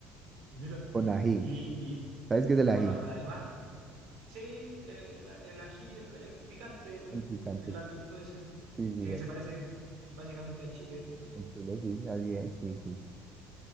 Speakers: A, on the right; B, on the right.
A: Mira,
B: con ají.
A: y, y,
B: ¿Sabes qué es el
A: y bueno,
B: ají?
A: además Sí, eh, el, el ají, el, el picante, el,
B: Con picantes.
A: el larguito ese,
B: Sí, sí,
A: que
B: es-
A: se parece básicamente a Chile.
B: en Chile sí, así es, sí, sí.